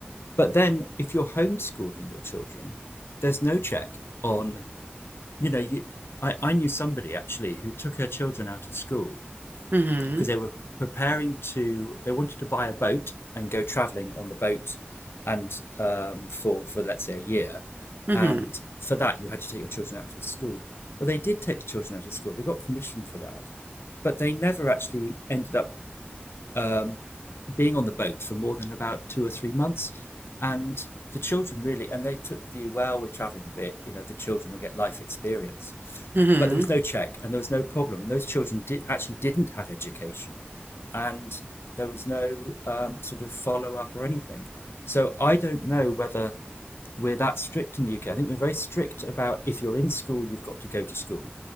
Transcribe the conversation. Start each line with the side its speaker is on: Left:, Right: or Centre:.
Left: But then, if you're homeschooling your children, there's no check on you know, you, I, I knew somebody actually who took her children out of school
Right: mm-hmm
Left: because they were preparing to, they wanted to buy a boat and go traveling on the boat and um, for, for let's say a year.
Right: mm-hmm
Left: And for that, you had to take your children out of the school. Well, they did take the children out of school. They got permission for that, but they never actually ended up um, being on the boat for more than about two or three months. And the children really, and they took the view, well, we're traveling a bit, you know, the children will get life experience.
Right: mm-hmm
Left: But there was no check and there was no problem. And those children did, actually didn't have education. And there was no um, sort of follow up or anything. So I don't know whether we're that strict in the UK. I think we're very strict about if you're in school, you've got to go to school.